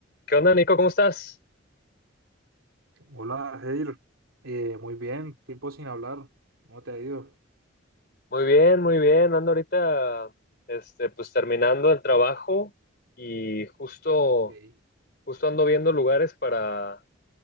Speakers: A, on the left; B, on the right.
A: ¿Qué onda, Nico? ¿Cómo estás?
B: Hola, Jair. Eh, muy bien, tiempo sin hablar. ¿Cómo te ha ido?
A: Muy bien, muy bien. Ando ahorita, este, pues terminando el trabajo y justo,
B: Ok,
A: justo ando viendo lugares para,